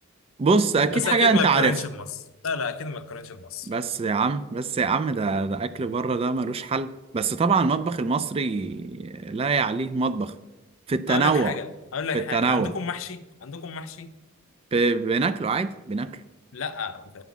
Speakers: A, on the right; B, on the left.
A: بص اكيد
B: بس
A: حاجه
B: اكيد
A: انت
B: ما يتقارنش
A: عارفها
B: بمصر لا لا اكيد ما يتقارنش بمصر
A: بس يا عم بس يا عم ده ده اكل بره ده ملوش حل بس طبعا المطبخ المصري لا يعليه مطبخ في التنوع
B: اقول لك حاجه اقول لك
A: في التنوع
B: حاجه عندكم محشي عندكم محشي
A: ب... بناكله عادي بناكله
B: لا